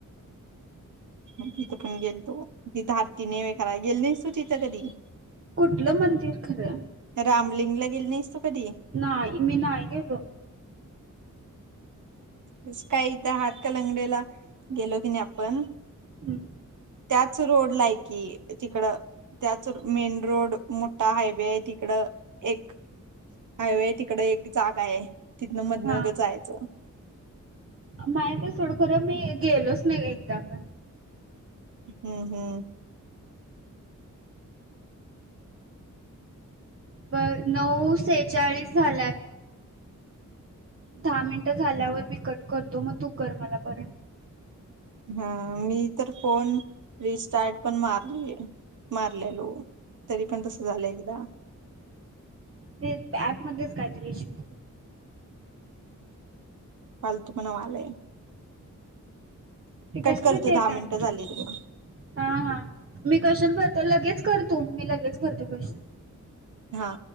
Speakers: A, on the right; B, on the right.
A: म तिथं पण गेलतो तिथं हात्ती नाही व कराय गेल नाहीस तो तिथं कधी
B: कुठलं मंदिर खरं.
A: रामलिंगला गेली नाहीस तू कधी?
B: नाही मी नाही गेलो.
A: तस काय इथं हात कलंगडीला गेलो की नाही आपण.
B: हम्म.
A: त्याच रोडला आहे कि तिकड. त्याच मेन रोड मोठा हायवे आहे तिकड एक. हायवे तिकड एक जागा आहे तिथन मधन
B: हा
A: जायच.
B: माहिते थोडं खरं पण मी गेलोच नाही एकदा पण.
A: हम्म हम्म
B: बर नऊ सेहचाळीस झाल्यात. दहा मिनट झाल्यावर मी कट करतो मग तू कर मला परत.
A: हा मी तर फोन रिस्टार्ट पण मारले मारलेलो. तरी पण तसं झालय एकदा.
B: तेच ऍप मध्येच कायतरी इशू आहे.
A: फालतु पना व्हायलाय.
B: ते
A: कट
B: कशासाठी
A: करतो
B: आहे
A: दहा मिनिटं झाली
B: <unintelligible>
A: बघ
B: हा हा मी <unintelligible> भरतो लगेच करतो मी लगेच भरतो <unintelligible>
A: हां